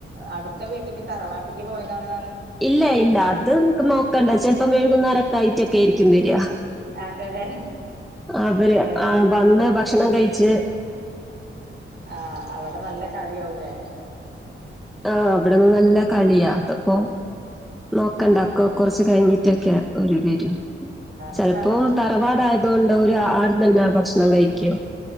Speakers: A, on the right; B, in the centre.
A: അടുത്ത വീട്ടിക്ക് തറവാട്ടിക്ക് പോയതാണ്ന്ന
B: ഇല്ല ഇല്ല അത് ക്ക് നോക്കണ്ട ചെൽപ്പം വെഴുകുന്നരൊക്കെ ആയിറ്റൊക്കെര്ക്കും വെര.
A: അതെല്ലേ
B: അവര്
A: അത്
B: ആ
A: ശരി
B: വന്ന് ഭക്ഷണം കഴിച്ച്.
A: ആഹ് അവടെ നല്ല കളിയാവുലേ?
B: ആഹ് ബടന്ന് നല്ല കളിയാ അതപ്പോ നോക്കണ്ട അക്ക
A: ആഹ്
B: കൊർച്ച് കഴിഞ്ഞിട്ടൊക്കെയ. ഒരു വരു ചെലപ്പോ
A: ആഹ്
B: തറവാടായതോണ്ട് ഓര് ആട് തന്ന ഭക്ഷണം കഴിക്ക്യും.